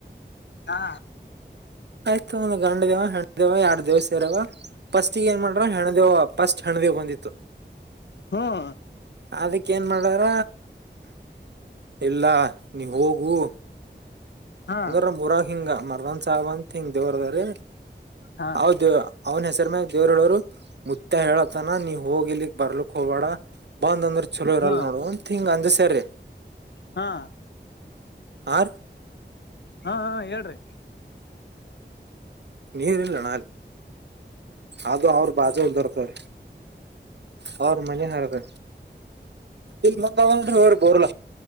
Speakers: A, on the left (about 70°); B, on the right (about 65°).
A: ಹಾ
B: ಆಯ್ತು ಒಂದ ಗಂಡ ದೇವ ಹೆಣಂಡ ದೇವ ಯಾರ್ ದೇವ ಸೇರವ ಫಸ್ಟ್ ಏನ್ ಮಾಡ್ರ ಹೆಣದೇವ ಫಸ್ಟ್ ಹೆಣದೇವ ಬಂದಿತ್ತು
A: ಹ್ಮ
B: ಅದಕ್ಕ ಏನ್ ಮಾಡಾರ ಇಲ್ಲ ನೀವು ಹೋಗು
A: ಹಾ
B: ಅಂದ್ರ ಮೂರಕ ಹಿಂಗ ಮರ್ದನ್ ಸಬ ಅಂತ ಹಿಂಗ ದೇವ್ರದ್ರ
A: ಹಾ ಹಾ
B: ಅವ ದೇವ ಅವನ್ ಹೆಸರ ಮ್ಯಾಗ ದೇವ್ರಡವರು ಮುತ್ತ ಹೇಳತ್ತನ ನೀವ ಹೋಗಿ ಇಲಿಕ್ ಬರ್ಲಕ್ ಹೋಗಬೇಡ ಬಂದ್ ಅಂದ್ರೆ ಚಲೋ ಇರಲ್ಲ
A: ಹಾ
B: ನೋಡು ಹಿಂಗ್ ಅಂದ್ ಸೇರಿ
A: ಹಾ
B: ಆ
A: ಹಾ ಹಾ ಹೇಳ್ರಿ
B: ನೀರ್ ಇಲ್ಲ ನಾಲ ಅದು ಅವ್ರ ಬಾಜ ಬರ್ತವ್ರ ಅವ ಮನೆ ಹಾರದ ಇಲ್ ಮುಂದಂದ ಹ್ರ ಬುಲ